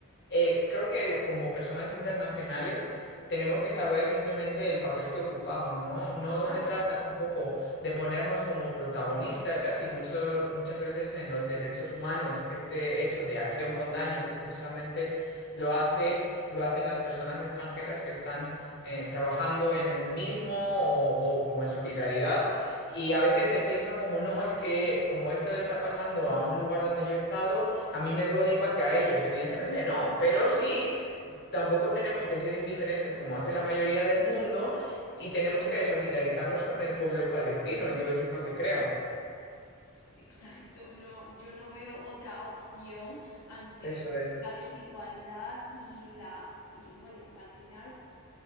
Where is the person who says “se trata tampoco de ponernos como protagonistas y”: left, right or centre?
Left